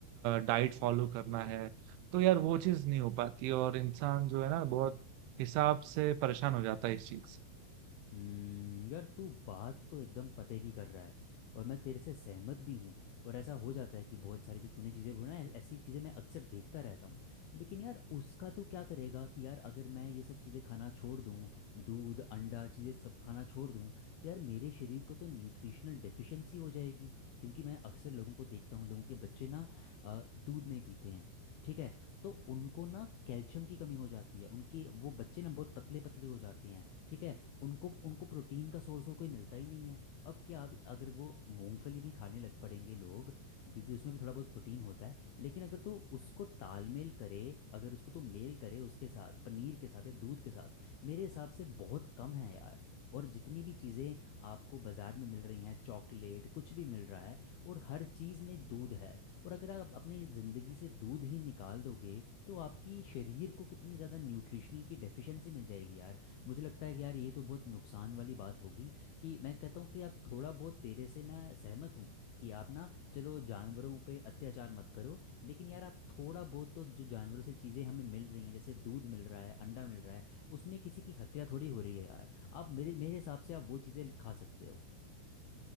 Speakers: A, on the right; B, on the left.
A: डाइट फॉलो करना है तो यार वो चीज नहीं हो पाती और इंसान जो है ना बहुत हिसाब से परेशान हो जाता है इस चीज से
B: हम्म यार तू बात तो एकदम पते की कर रहा है और मैं तेरे से सहमत भी हूँ और ऐसा हो जाता है कि बहुत सारी जो तूने चीज़ें बोला ना ऐ- ऐसी चीज़ें मैं अक्सर देखता रहता हूँ लेकिन यार उसका तू क्या करेगा कि यार अगर मैं ये सब चीज़ें खाना छोड़ दूँ दूध अंडा चीज़ें सब खाना छोड़ दूँ तो यार मेरे शरीर को तो न्यूट्रिशनल डेफिशिएंसी हो जाएगी क्योंकि मैं अक्सर लोगों को देखता हूँ लोगों के बच्चे ना अ, दूध नहीं पीते हैं ठीक है तो उनको ना कैल्शियम की कमी हो जाती है उनके वो बच्चे ना बहुत पतले पतले हो जाते हैं ठीक है उनको उनको प्रोटीन का सोर्स और कोई मिलता ही नहीं है अब क्या अब अगर वो मूंगफली भी खाने लग पड़ेंगे लोग क्योंकि उसमें भी थोड़ा बहुत प्रोटीन होता है लेकिन अगर तो उसको तालमेल करे अगर उसको तो मेल करे उसके साथ पनीर के साथ या दूध के साथ मेरे हिसाब से बहुत कम है यार और जितनी भी चीज़ें आपको बाज़ार में मिल रही हैं चॉकलेट कुछ भी मिल रहा है और हर चीज़ में दूध है और अगर आप अपनी ज़िंदगी से दूध ही निकाल दोगे तो आपकी शरीर को कितनी ज़्यादा न्यूट्रिशनल की डेफिशिएंसी मिल जाएगी यार मुझे लगता है कि यार ये तो बहुत नुकसान वाली बात होगी कि मैं कहता हूँ कि आप थोड़ा बहुत तेरे से मैं सहमत हूँ कि आप ना चलो जानवरों पे अत्याचार मत करो लेकिन यार आप थोड़ा बहुत तो जो जानवरों से चीज़ें हमें मिल रही हैं जैसे दूध मिल रहा है अंडा मिल रहा है उसमें किसी की हत्या थोड़ी हो रही है यार आप मेरे मेरे हिसाब से आप वो चीज़ें खा सकते हो